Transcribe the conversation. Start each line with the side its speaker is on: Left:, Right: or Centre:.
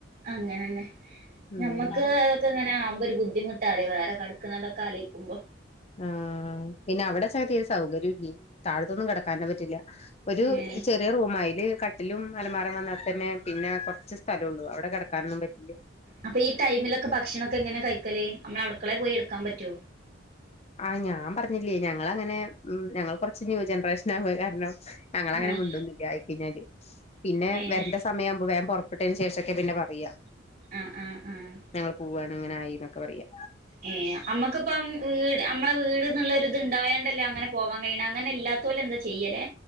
Right: അങ്ങനന്നെ
Left: ഉം
Right: ഞമ്മക്ക് അതൊക്കെ ങ്ങനെ ആവുമ്പോ ഒരു ബുദ്ധിമുട്ടാലെ വേറേ കട്ക്ക്ന്നതൊക്കെ ആലൊയിക്കുമ്പോ
Left: ആ പിന്നെ അവ്ടെച്ച തീരെ സൗകര്യംല്ലേയ് താഴത്തൊന്നും കിടക്കാനും പറ്റില്ല ഒരു
Right: ഏഹ്
Left: ചെറിയ റൂമാ ആയ്ല് കട്ടിലും അലമാറെം വന്നാ തന്നെ പിന്നെ ആ കൊർച്ച് സ്ഥലള്ളൂ അവിടെ കിടക്കാനൊന്നും പറ്റില്ല
Right: അപ്പ ഈ ടൈമിലൊക്കെ ഭക്ഷണൊക്കെ എങ്ങനെ കഴിക്കല് അമ്മള് അവ്ടുക്കളെ പോയി എടുക്കാൻ പറ്റോ
Left: ആ ഞാൻ പറഞ്ഞില്ലേ ഞങ്ങളങ്ങനെ ഉം ഞങ്ങൾ കുറച്ച് ന്യൂ ജനറേഷനാം പോയ് കാരണം ഞങ്ങളങ്ങനെ
Right: ആഹ്
Left: മിണ്ടൊന്നില്ല ആയ്ക്കഴിഞ്ഞാല് പിന്നെ
Right: ഏഹ്
Left: വര്ന്റെ സമയ ആവുമ്പോ വേൻ പൊറപ്പെട്ടതിന് ശേഷൊക്കെ പിന്നെ പറയാ
Right: ആഹ് ആഹ് ആഹ്
Left: ഞങ്ങൾ പോവാണ് ങ്ങനെ ആയി ന്നൊക്കെ പറയാ
Right: ഏ അമ്മക്ക്പ്പം വീട് അമ്മളെ വീട്ന്നുള്ളരുത് ണ്ടായോണ്ടല്ലേ അങ്ങനെ പോവാൻ വേണ അങ്ങനെ ഇല്ലാത്തോല് എന്താ ചെയ്യലേ